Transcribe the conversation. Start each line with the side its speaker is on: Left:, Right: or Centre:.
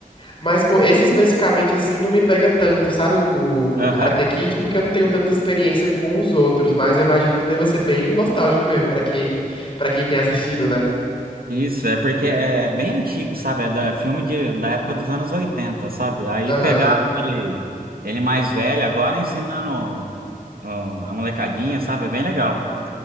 Left: Mas, pô, esse especificamente, assim, não me pega tanto, sabe? O,
Right: Aham.
Left: o Karate Kid, porque eu não tenho tanta experiência com os outros, mas eu imagino que deva ser bem nostálgico mesmo pra quem, <laughs> para quem tem assistido, né?
Right: Isso, é porque é bem antigo, sabe? É da, filme de, da época dos anos oitenta sabe? Aí
Left: Aham.
Right: pegaram ele, ele mais velho agora ensinando ó, a molecadinha, sabe? É bem legal.